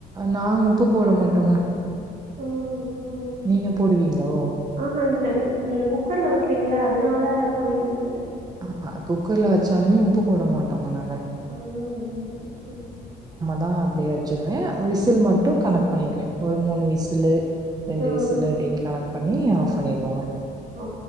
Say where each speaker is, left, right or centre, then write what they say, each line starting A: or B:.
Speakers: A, on the right (about 20°); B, on the right (about 50°).
A: நாங் உப்பு போட மாட்டோங்க
B: ம் ம்
A: நீங்க போடுவீங்களோ?
B: ஆஹா இல்ல நீ நீங்க குக்கர்ல வக்கிறீங்களா அதுனால போடுவீங்களான் கேட்ட
A: ஆஹா குக்கர்ல வெச்சாலுமே உப்பு போட மாட்டோங்க நாங்க
B: ம் ம்ம் டிக் டிக்
A: தா அப்டியே வெச்சுருவ விசில் மட்டு கணக் பண்ணிக்குவே ஒரு மூணு விசுலு ரெண்டு
B: ம்
A: விசுலு
B: ம்
A: அப்டின் கணக் பண்ணி ஆஃப் பண்ணிருவோங்க
B: ஓ